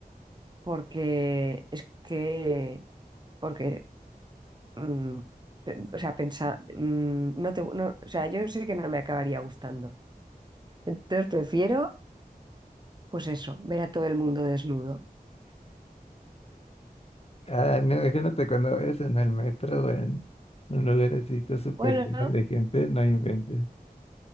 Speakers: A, on the right; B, on the left.
A: porque es que, porque, mm, pe- o sea, pensa- mm, no te, no- o sea, yo sé que no me acabaría gustando, entonces prefiero, pues eso, ver a todo el mundo desnudo.
B: Ah, no, imagínate cuando vayas en el metro o en un lugar así, lleno
A: Bueno,
B: de gente, no inventes.